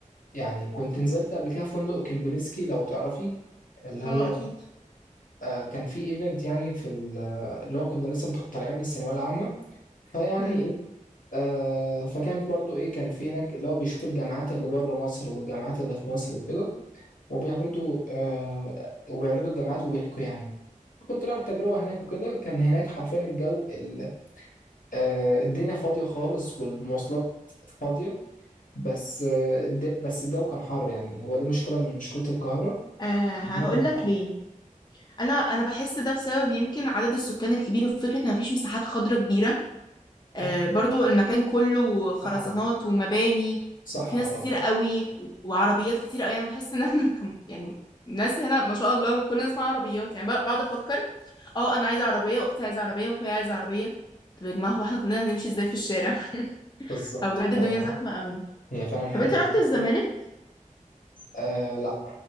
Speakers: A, on the left; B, on the left.
A: يعني كنت نزلت قبل كده فندق كيمبينسكي لو تعرفي اللي هو
B: اه اكيد
A: آه كان في ايفنت يعني في ال- آه، اللي هو كنا لسه متخ- طالعين من الثانويه العامه فيعني
B: مم.
A: ايه آه فكان برضو ايه كان في هناك اللي هو بيشوف الجامعات اللي بره مصر والجامعات اللي في مصر وكده وبيعرضوا آه وبيعرضوا الجامعات وبيحكوا يعني كنت رايح تجربة هناك وكده كان هناك حرفيا الجو ال... آه الدنيا فاضية خالص والمواصلات فاضية بس آه الد... بس الجو كان حر يعني هو دي مشكلة من مشكلة القاهرة
B: آه هقول
A: الوضع
B: لك
A: حر
B: ليه انا انا بحس ده بسبب يمكن عدد السكان الكبير وفكره ان مفيش مساحات خضراء كبيره آه،
A: اكيد
B: برضو
A: طبعا
B: المكان كله خرزانات
A: صحراء
B: ومباني
A: صحراء
B: وفي ناس
A: طبعا
B: كتير قوي وعربيات كتير قوي انا بحس ان احنا <laughs> كم يعني الناس هنا ما شاء الله كلنا اسمها عربيات يعني بقعد افكر اه انا عايزه عربيه واختي عايزه عربيه واخويا عايز عربيه طب يا جماعه هو احنا كلنا هنمشي ازاي في الشارع <laughs>
A: بالظبط
B: او بجد
A: فهي
B: الدنيا زحمه قوي
A: فعلا الحته
B: طب انت رحت
A: دي
B: الزمالك
A: آه لا